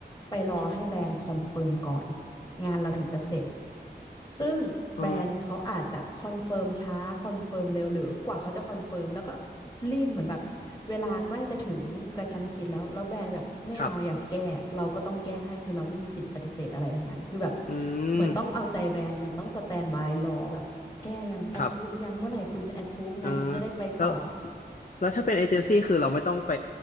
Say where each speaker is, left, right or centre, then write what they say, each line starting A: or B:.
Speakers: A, on the left; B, on the left.
A: ไปรอให้แบรนด์คอนเฟิร์มก่อนงานเราถึงจะเสร็จ ซึ่งแบรนด์เขาอาจจะคอนเฟิร์มช้าคอนเฟิร์มเร็วหรือกว่าเขาจะคอนเฟิร์มแล้วก็
B: อ๋อ
A: รีบเหมือนแบบเวลาใกล้จะถึงกระชั้นชิดแล้วแล้วแบรนด์แบบไม่เอาอยากแก้เราก็ต้องแก้ให้คือเราไม่มีสิทธิ์ปฏิเสธอะไรทั้งนั้นคือแบบ
B: ครับอืม
A: เหมือนต้องเอาใจแบรนด์เหมือนต้องสแตนบายรอแบบแก้ยังแอดพรูฟยังเมื่อไหร่คุณจะแอดพรูฟงานฉันจะได้ไปต่อ
B: ครับเออแล้วแล้วถ้าเป็นเอเจนซี่คือเราไม่ต้องไป